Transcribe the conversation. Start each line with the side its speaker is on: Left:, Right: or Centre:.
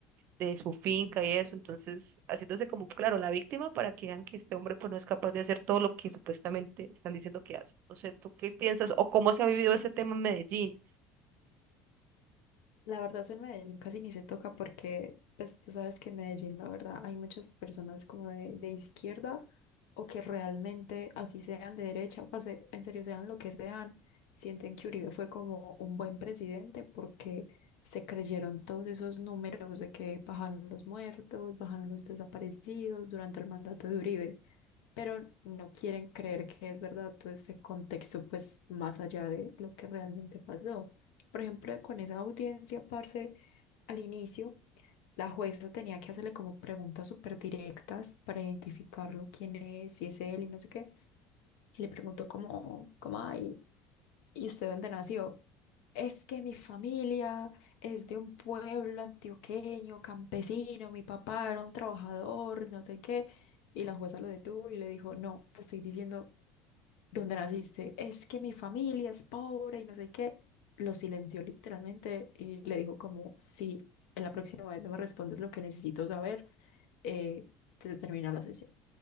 Right: de su finca y eso, entonces haciéndose como, claro, la víctima para que vean que este hombre pues no es capaz de hacer todo lo que supuestamente están diciendo que hace. No sé, ¿tú qué piensas o cómo se ha vivido ese tema en Medellín?
Left: La verdad, eso en Medellín casi ni se toca porque, pues tú sabes que en Medellín, la verdad, hay muchas personas como de, de izquierda o que realmente, así sean de derecha, parce, en serio sean lo que sean, sienten que Uribe fue como un buen presidente porque se creyeron todos esos números de que bajaron los muertos, bajaron los desaparecidos durante el mandato de Uribe pero no quieren creer que es verdad todo ese contexto, pues más allá de lo que realmente pasó. Por ejemplo, con esa audiencia, parce, al inicio, la jueza tenía que hacerle como preguntas súper directas para identificarlo, quién es, si es él y no sé qué. Y le preguntó como, como, ay, ¿y usted dónde nació? Es que mi familia es de un pueblo antioqueño, campesino, mi papá era un trabajador, no sé qué. Y la jueza lo detuvo y le dijo, no, te estoy diciendo Dónde naciste? Es que mi familia es pobre y no sé qué. Lo silenció literalmente y le dijo como, si en la próxima vez no me respondes lo que necesito saber, eh, se termina la sesión.